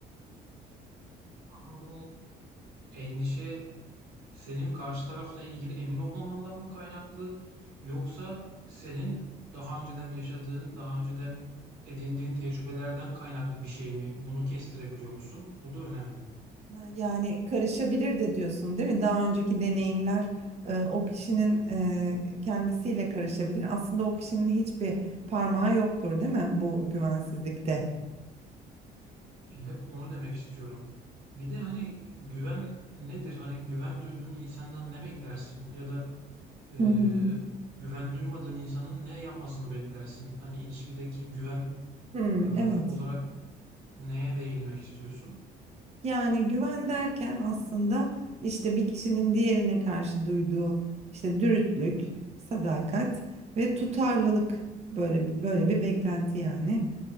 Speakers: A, on the right (about 70°); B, on the right (about 40°).
A: Ama bu endişe senin karşı tarafla ilgili emin olmamandan mı kaynaklı yoksa senin daha önceden yaşadığın, daha önceden edindiğin tecrübelerden kaynaklı bir şey mi? Bunu kestirebiliyor musun? Bu da önemli.
B: Ha, Yani karışabilir de diyorsun değil mi? Daha önceki deneyimler e, o kişinin e, kendisiyle karışabilir. Aslında o kişinin hiçbir parmağı yoktur değil mi bu güvensizlikte?
A: Evet, onu demek istiyorum. Bir de hani güven nedir? Hani güven duyduğun insandan ne beklersin? Ya da eee,
B: Hı hı.
A: güven duymadığın insanın ne yapmasını beklersin? Hani ilişkideki güven
B: Hmm,
A: eee, olarak
B: evet.
A: neye değinmek istiyorsun?
B: Yani güven derken aslında işte bir kişinin diğerine karşı duyduğu işte dürüstlük, sadakat ve tutarlılık böyle bir, böyle bir beklenti yani.